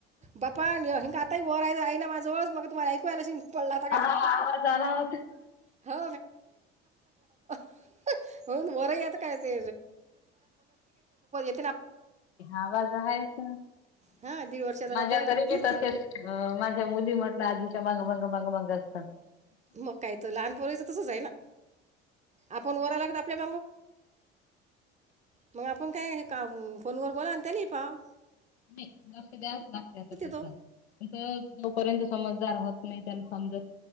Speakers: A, on the right; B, on the left.
A: बाप्पा हिंग आताही घोराय आहे ना माजा जवळ च् मग तुम्हाला ऐकू आलं असण पडला आता खाली
B: हा आवाज आला होता.
A: हो <unintelligible> म्हणून वर येत काय ते <unintelligible>
B: आवाज आहे का?
A: हां दीड वर्षाचा नातू
B: माझ्या
A: आहे तो
B: घरी
A: फिरते
B: तसेच माझ्या मुली म्हटलं आधीच्या माग माग, माग, माग
A: मग काही त लहानपोरीच तसच आहे ना, आपण वरा लागत <unintelligible> मग आपण काय का फोनवर बोला आणि त्यालाही पाव
B: नाही लक्ष द्याच लागते त्याच
A: तो
B: त जोपर्यंत समजदार होत नाही. समंद